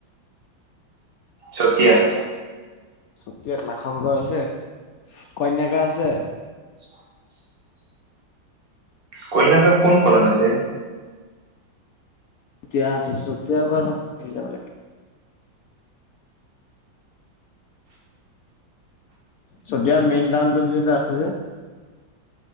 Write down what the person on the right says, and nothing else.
চতিয়া।
<inaudible> কইন্যাকা কোন কণত আছে?